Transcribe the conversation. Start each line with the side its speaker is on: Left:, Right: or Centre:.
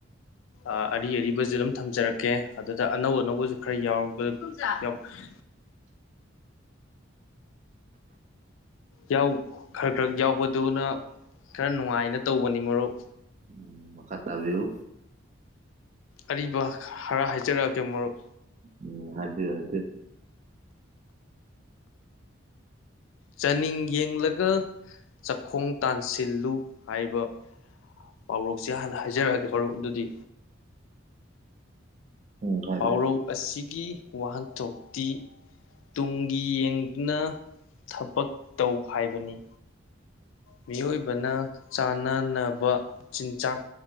Left: ꯑꯥ ꯑꯔꯤ ꯑꯔꯤꯕꯁꯤ ꯑꯗꯨꯝ ꯊꯝꯖꯔꯛ ꯀꯦ ꯑꯗꯨꯗ ꯑꯅꯧ ꯑꯅꯧꯕꯁꯨ ꯈꯔ ꯌꯥꯎ <unintelligible> ꯌꯥꯎ ꯈꯔ ꯈꯔ ꯌꯥꯎꯕꯗꯨꯅ ꯈꯔ ꯅꯨꯡꯉꯥꯏꯅ ꯇꯧꯕꯅꯤ ꯃꯔꯨꯞ
Right: ꯎꯝ ꯃꯈꯥ ꯇꯥꯕꯤꯌꯨ
Left: ꯑꯔꯤꯕ ꯍꯥꯔ ꯍꯥꯏꯖꯔꯛꯑꯒꯦ ꯃꯔꯨꯞ
Right: ꯎꯝ ꯍꯥꯏꯕꯤꯌ ꯍꯥꯏꯗꯤ
Left: ꯆꯥꯅꯤꯡ ꯌꯦꯡꯂꯒ ꯆꯥꯛꯈꯣꯡ ꯇꯥꯟꯁꯤꯜꯂꯨ ꯍꯥꯏꯕ ꯄꯥꯎꯔꯣꯛꯁꯦ ꯍꯥꯟꯅ ꯍꯥꯏꯔꯛꯑꯒꯦ ꯃꯔꯨꯞ ꯑꯥꯗꯨꯗꯤ
Right: ꯎꯝ ꯍꯥꯏꯕꯤꯌꯨ
Left: ꯄꯥꯎꯔꯧ ꯑꯁꯤꯒꯤ ꯋꯥꯍꯟꯊꯣꯛꯇꯤ ꯇꯨꯡꯒꯤ ꯌꯦꯡꯗꯨꯅ ꯊꯕꯛ ꯇꯧ ꯍꯥꯏꯕꯅꯤ ꯃꯤ ꯑꯣꯏꯕꯅ ꯆꯥꯟꯅꯅꯕ ꯆꯤꯟꯖꯥꯛ